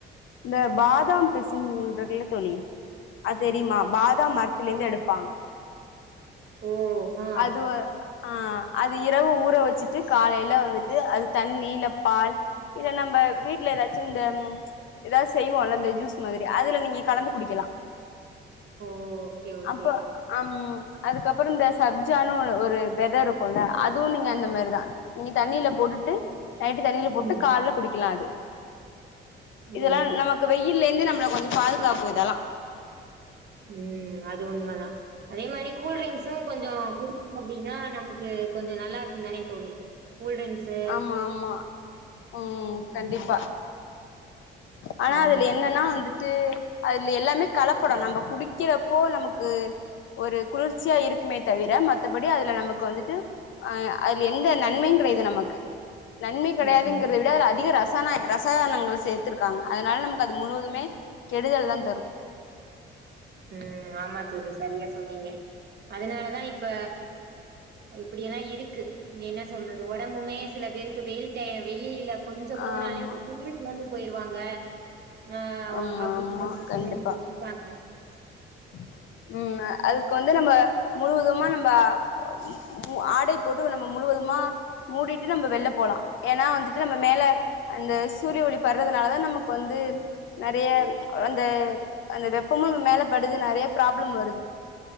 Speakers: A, on the left (about 75°); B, on the right (about 55°).
A: இந்த பாதாம் பிசின்றக்குல்லே தோழி அது தெரியுமா பாதாம் மட் ந்து எடு ப்பாங்க
B: ஓ! ஆ.
A: அது வநஆஹ் அது இரவு ஊற வச்சுட்டு காலையில வந்துட்டு அது தண்ணி இல்ல பால் இத நம்ம வீட்டுல ஏதாச்சும் இந்த ஏதாவது செய்வோம்ல்ல இந்த ஜூஸ் மாதிரி அதுல நீங்க கலந்து குடிக்கலாம்
B: ஓ ஓகே ஓகே
A: அப்ப அம் அதுக்கப்புறம் த சப்ஜான்னு ஒரு வெத இருக்கும்ல்ல அதுவும் நீங்க அந்த மாதிரி தான் நீங்க தண்ணியில போட்டுட்டு நைட்டு தண்ணியில போட்டு
B: ம்.
A: குடிக்கலாம் அது இதெல்லாம்
B: ஓ
A: நமக்கு வெயில் இருந்து நம்ம கொஞ்சம் பாதுகாப்பு இதெல்லாம்
B: உம் அது உண்மைதான் அதே மாதிரி கூல் ட்ரிங்க்ஸும் கொஞ்சம் கொடுக்கும் அப்படின்னா நம கொஞ்சம் நல்லா இருக்கும் தானே தோழி கூல்ட்ரிங்க்ஸு
A: ஆமா ஆமா உம்
B: ம்
A: கண்டிப்பா ஆனா
B: ஆமா
A: அதுல என்னன்னா வந்துட்டு அதுல எல்லாமே கலப்படம் நம்ம குடிக்கிறப்போ நமக்கு ஒரு குளிர்ச்சியா இருக்கு மே தவிர மத்தபடி அதுல நமக்கு வந்துட்டு அஹ அதுல எந்த நன்மையும் கிடையாது இது நமக்கு <unintelligible> நன்மை கிடையாதுங்கறத
B: ம்
A: விட அதிக ரசம் ரசாய ரசாயனங்களை சேர்த்துருக்காங்க அதனால நமக்கு அது முழுவதுமே கெடுதல் தான் தரும்
B: உஹம் ஆமா தோழி சரியா சொன்னீங்க அதனாலதான் இப்ப இப்படியெல்லாம் இருக்கு என்ன சொல்றது உடம்புமே சில பேருக்கு வெயில் டைம் வெளியில கொஞ்சம் போனாலே
A: ஆமா
B: ஒ <unintelligible> டனே செவந்துக்கும் போயிருவாங்க ஆஹ
A: ஆமா
B: அப்படிங்க
A: ஆமா
B: மாதிரிய
A: கண்டிப்பா
B: இப்ப இருக்காங்க <unintelligible>
A: <inaudible> <unintelligible> படுது நிறையா ப்ராப்ளம் வருது